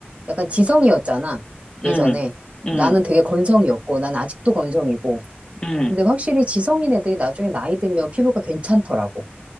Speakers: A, on the right; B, on the left.
A: 약간 지성이었잖아, 예전에.
B: 응, 응,
A: 나는 되게 건성이었고, 난 아직도 건성이고.
B: 응.
A: 근데 확실히 지성인 애들이 나중에 나이 들면 피부가 괜찮더라고.